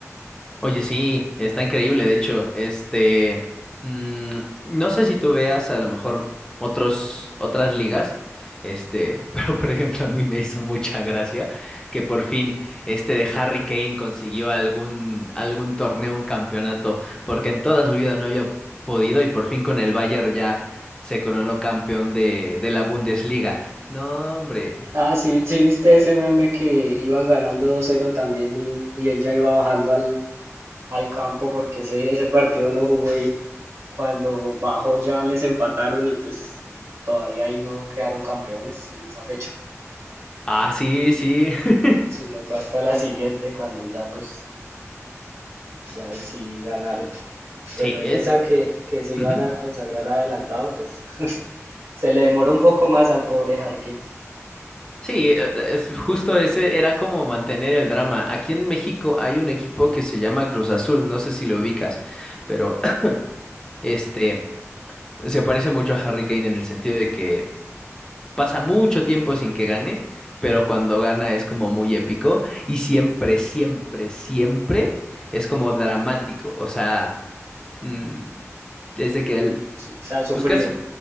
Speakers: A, on the left (about 15°); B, on the right (about 55°).
A: Oye, sí, está increíble. De hecho, este, mm, no sé si tú veas a lo mejor otros, otras ligas, este, <laughs> pero por ejemplo a mí me hizo mucha gracia que por fin este de Harry Kane consiguió algún, algún torneo, un campeonato, porque en toda su vida no había podido y por fin con el Bayern ya se coronó campeón de, de la Bundesliga. No, hombre.
B: Ah, sí, sí viste ese meme que iban ganando 2-0 también y, y él ya iba bajando al, al campo porque ese, ese partido no jugó y cuando bajó ya les empataron y pues todavía ahí no quedaron campeones en esa fecha,
A: Ah, sí, sí. <laughs>
B: sino fue hasta la siguiente cuando ya pues ya ahí sí ganaron.
A: Sí,
B: pero en
A: es...
B: esa que, que se iban
A: ujú.
B: a consagrar adelantado, pues <laughs> se le demoró un poco más al pobre Harkin.
A: Sí, eh, es justo ese era como mantener el drama. Aquí en México hay un equipo que se llama Cruz Azul, no sé si lo ubicas, pero <coughs> <clears throat> este se parece mucho a Harry Kane en el sentido de que pasa mucho tiempo sin que gane, pero cuando gana es como muy épico y siempre, siempre, siempre es como dramático. O sea, mm, es de que él
B: Su- Se ha sufrido.
A: pues casi